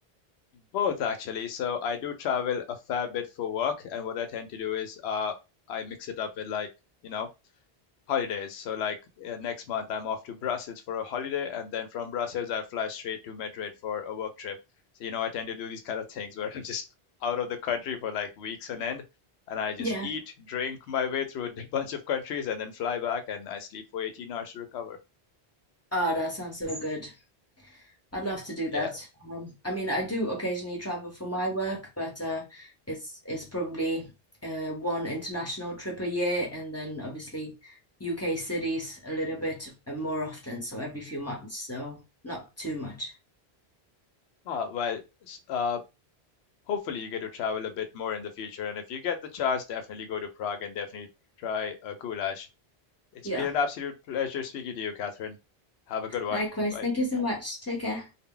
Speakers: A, on the left; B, on the left.
A: Both actually. So I do travel a fair bit for work and what I tend to do is uh I mix it up with like you know holidays. So like uh, next month I'm off to Brussels for a holiday, and then from Brussels I fly straight to Madrid for a work trip. So you know I tend to do these kind of things <laughs> where I'm just out of the country for like weeks on end, and I just
B: Yeah.
A: eat, drink my way through a <laughs> bunch of countries, and then fly back, and I sleep for 18 hours to recover.
B: Oh, that sounds so good. I'd love to do
A: Yeah.
B: that. Um, I mean, I do occasionally travel for my work, but uh, it's it's probably uh, one international trip a year, and then obviously UK cities a little bit uh, more often, so every few months, so not too much.
A: Ah, well, s- uh, hopefully you get to travel a bit more in the future, and if you get the chance, definitely go to Prague and definitely try a goulash. It's
B: Yeah.
A: been an absolute pleasure speaking to you, Catherine. Have a good one.
B: Likewise.
A: Bye.
B: Thank you so much. Take care.